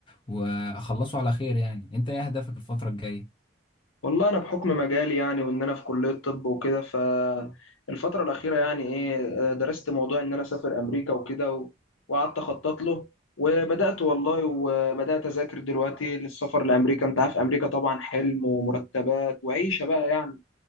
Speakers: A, on the left (about 25°); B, on the left (about 90°).
A: وأخلصه على خير يعني أنت إيه هدفك الفترة الجاية؟
B: والله انا بحكم مجالي يعني وان انا في كلية طب وكده فالفترة الأخيرة يعني ايه آه، درست موضوع ان انا اسافر امريكا وكده و- وقعدت اخطط له وبدأت والله وبدأت اذاكر دلوقتي للسفر لامريكا انت عارف امريكا طبعا حلم ومرتبات وعيشة بقى يعني